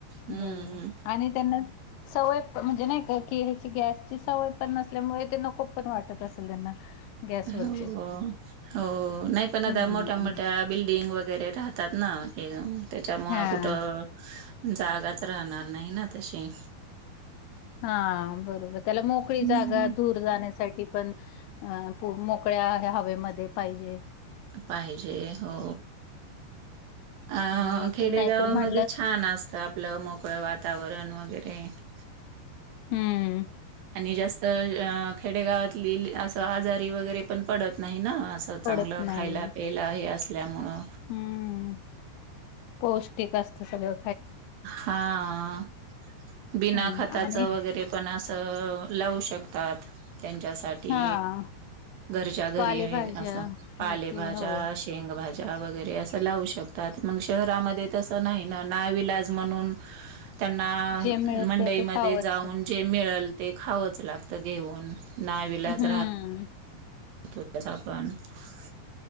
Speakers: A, on the right; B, on the left.
A: हम्म,
B: बरोबर आणि त्यांना सवयपण म्हणजे नाही का ह्याची गॅसची सवयपण नसल्यामुळे ते नकोपण वाटत असेल त्यांना. गॅसवरचे
A: हो हो नाही पण आता
B: हम्म
A: मोठ्या मोठ्या बिल्डिंग वगैरे राहतात ना एकदम त्याच्यामुळं
B: हा
A: कुठं जागाच राहणार नाही ना तशी.
B: हा बरोबर त्याला मोकळी
A: हम्म.
B: जागा धूर जाण्यासाठी पण हा मोकळ्या हवेमध्ये पाहिजे.
A: पाहिजे हो. अ
B: आणि
A: खेडेगावामध्ये
B: तर नाही तर म्हणलं
A: छान असत आपलं मोकळं वातावरण वगैरे. वगैरे.
B: हम्म.
A: आणि जास्त खेडेगावातली असं आजारी वगैरे पण पडत नाही ना. असं
B: पडत
A: चांगलं
B: नाही
A: खायला, प्यायला हे असल्यामुळं
B: हम्म पौष्टिक असत सगळ.
A: हा बिना
B: हम्म
A: खताच
B: आणि
A: वगैरे पण असं लावू शकतात त्यांच्यासाठी
B: हा
A: घरच्या घरी
B: पालेभाज्या
A: असं पालेभाज्या,
B: हे ते हो
A: शेंग भाज्या, भाज्या वैगरे अस लाऊशकतात. मग शहरामध्ये तस नाही ना ना विलाज म्हणून त्यांना
B: जे मिळते
A: मंडईमध्ये
B: ते खावंच
A: जाऊन जे मिळेल ते खावंच लागत घेऊन. नाईलाज
B: हम्म.
A: राहतोच <inaudible>